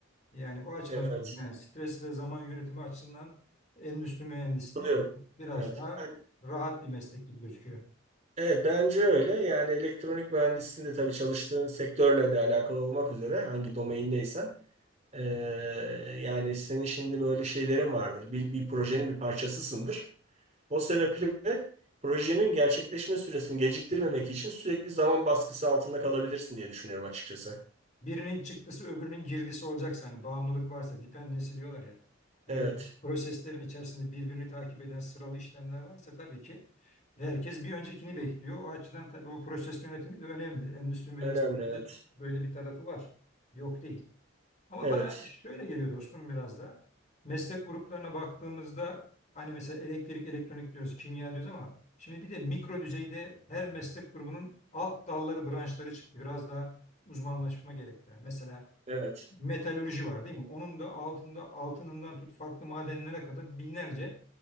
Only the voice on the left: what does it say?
Yani o açıdan
söylüyorum. Yani stres ve zaman yönetimi açısından endüstri mühendisliği
biraz
daha
rahat bir meslek gibi gözüküyor.
Birinin çıktısı öbürünün girdisi olacaksa hani bağımlılık varsa dependency diyorlar ya. Böyle
proseslerin içerisinde birbirini takip eden sıralı işlemler varsa tabii ki herkes bir öncekini bekliyor. O açıdan tabii o proses yönetimi de önemli. Endüstri mühendisliğinde
böyle bir tarafı var. Yok değil. Ama
bana şöyle geliyor dostum biraz da. Meslek gruplarına baktığımızda hani mesela elektrik, elektronik diyoruz, kimya diyoruz ama şimdi bir de mikro düzeyde her meslek grubunun alt dalları, branşları çıktı. Biraz daha uzmanlaşma gerektiren. Mesela
metalürji var değil mi? Onun da altında altınından tut farklı madenlere kadar binlerce